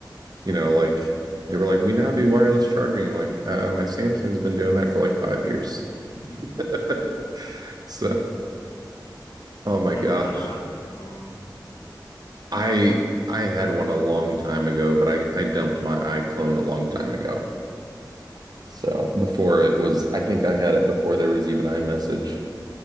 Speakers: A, on the right (about 55°); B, on the left (about 70°).
A: you know, like they were like, we now do wireless charging. I'm like, uh, my Samsung's been doing that for like five years.
B: <laughs>
A: <laughs> So, oh my
B: never
A: gosh.
B: never had an iPhone.
A: I I had one a long time ago, but I I dumped my iClone a long time ago. So, before it was, I think I had it before there was even iMessage.